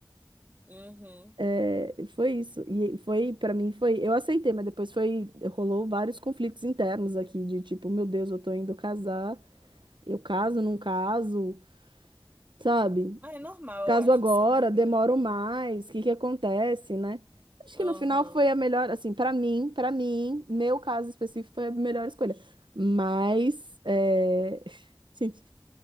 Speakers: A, on the right (about 25°); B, on the right (about 80°).
A: uhum.
B: É, foi isso. E foi, pra mim, foi. Eu aceitei, mas depois foi. Rolou vários conflitos internos aqui, de tipo, meu Deus, eu tô indo casar, eu caso, não caso, sabe?
A: Ah, é normal,
B: Caso
A: eu acho,
B: agora,
A: essa dúvida.
B: demoro mais, o que que acontece, né? Acho
A: Aham.
B: que no final foi a melhor, assim, pra mim, para mim, meu caso específico foi a melhor escolha. Mas, é... <laughs> gente,